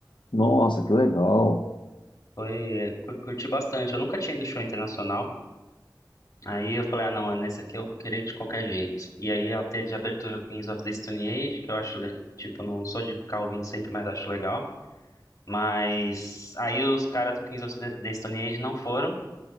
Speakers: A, on the left (about 80°); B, on the left (about 45°).
A: Nossa, que legal.
B: Foi. é, cur- Curti bastante. Eu nunca tinha ido no show internacional. Aí eu falei, ah, não, é nesse aqui eu vou querer de qualquer jeito. E aí até de abertura Queens of the Stone Age, que eu acho, le- tipo, não sou de ficar ouvindo sempre, mas acho legal. Mas aí os caras do Queens of the the Stone Age não foram.